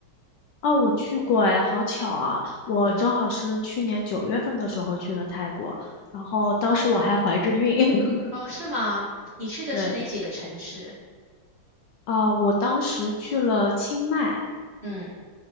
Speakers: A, on the left; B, on the right.
A: 哦，我去过，哎，好巧啊，我正好是去年九月份的时候去的泰国，
B: 嗯，
A: 然后当时我还怀着孕，<laughs>
B: 哦，是吗？你去的是哪几个城市？
A: 对，啊、我当时去了清迈，
B: 嗯，